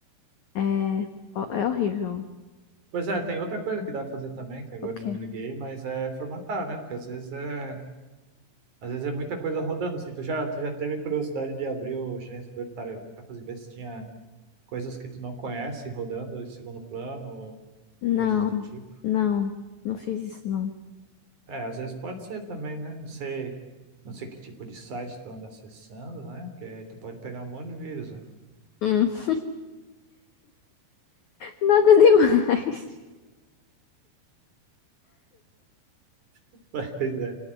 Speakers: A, on the left; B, on the right.
A: É, ho- é horrível.
B: Pois é, tem outra coisa que dá pra fazer também, que agora
A: O quê?
B: eu não me liguei, mas é formatar, né? Porque às vezes é Às vezes é muita coisa rodando, assim, tu já, tu já teve curiosidade de abrir o gerenciador de tarefas e ver se tinha coisas que tu não conhece rodando em segundo plano ou
A: Não,
B: coisas do tipo.
A: não, não fiz isso, não.
B: É, às vezes pode ser também, né? Não sei, não sei que tipo de site tu anda acessando, né? Porque aí tu pode pegar um monte de vírus, né?
A: Hum, <laughs> nada demais.
B: <laughs> Mas é.